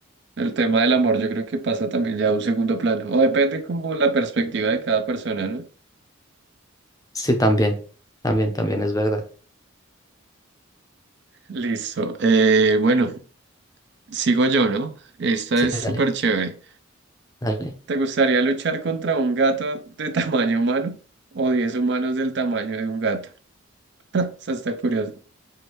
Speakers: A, on the right; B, on the left.
A: el tema del amor yo creo que pasa también ya a un segundo plano. O depende como la perspectiva de cada persona, ¿no?
B: Sí, también, también, también es verdad.
A: Listo. Eh, bueno. Sigo yo, ¿no? Esta
B: Sí,
A: es
B: dale,
A: súper chévere.
B: dale.
A: ¿Te gustaría luchar contra un gato de tamaño humano o 10 humanos del tamaño de un gato? <laughs> Eso está curioso.